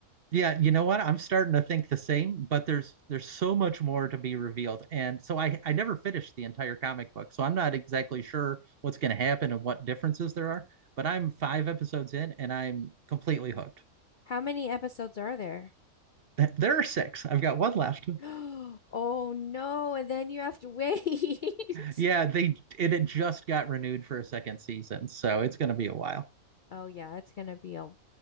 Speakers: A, on the right; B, on the left.
A: Yeah, you know what? I'm starting to think the same, but there's there's so much more to be revealed. And so I I never finished the entire comic book. So I'm not exactly sure what's going to happen and what differences there are, but I'm five episodes in and I'm completely hooked.
B: How many episodes are there?
A: <laughs> There are six. I've got one left.
B: <gasps> Oh no, and then you have to wait.
A: Yeah,
B: <laughs>
A: they it had just got renewed for a second season, so it's going to be a while.
B: Oh yeah, it's gonna be a